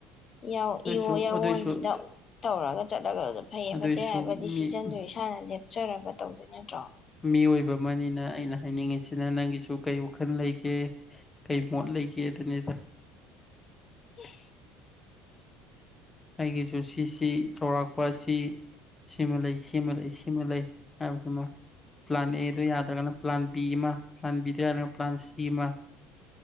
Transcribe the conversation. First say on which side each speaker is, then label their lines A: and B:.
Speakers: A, on the left (about 40°); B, on the left (about 20°).
A: ꯌꯥꯎ
B: ꯑꯗꯨꯏꯁꯨ
A: ꯏꯣ ꯌꯥꯎꯣ
B: ꯑꯗꯨꯏꯁꯨ
A: ꯑꯟꯖꯗ ꯇꯧꯔꯒ ꯆꯠꯂꯒ ꯑꯗꯨꯗ ꯐꯩꯌꯦ
B: ꯑꯗꯨꯏꯁꯨ
A: ꯐꯠꯇꯦ ꯍꯥꯏꯕ
B: ꯃꯤ
A: ꯗꯤꯁꯤꯖꯟꯗꯨ ꯏꯁꯥꯅ ꯂꯦꯞꯆꯔꯒ ꯇꯧꯗꯣꯏ ꯅꯠꯇ꯭ꯔꯣ
B: ꯃꯤꯑꯣꯏꯕ ꯑꯃꯅꯤꯅ ꯑꯩꯅ ꯍꯥꯏꯅꯤꯡꯉꯤꯁꯤꯅ ꯅꯪꯒꯤꯁꯨ ꯀꯩ ꯋꯥꯈꯜ ꯂꯩꯒꯦ ꯀꯩ ꯃꯣꯠ ꯂꯩ ꯀꯌꯦꯗꯅꯤꯗ
A: ꯍ
B: ꯑꯩꯒꯤꯁꯨ ꯁꯤꯁꯤ ꯆꯥꯎꯔꯥꯛꯄ ꯑꯁꯤ ꯁꯤꯃ ꯂꯩ ꯁꯤꯃ ꯂꯩ ꯁꯤꯃ ꯂꯩ ꯍꯥꯏꯕꯗꯨꯃ ꯄ꯭ꯂꯥꯟ ꯑꯦꯗꯨ ꯌꯥꯗ꯭ꯔꯒꯅ ꯄ꯭ꯂꯥꯟ ꯕꯤ ꯑꯃ ꯄ꯭ꯂꯥꯟ ꯕꯤꯗꯨ ꯌꯥꯗ꯭ꯔꯒꯅ ꯄ꯭ꯂꯥꯟ ꯁꯤ ꯑꯃ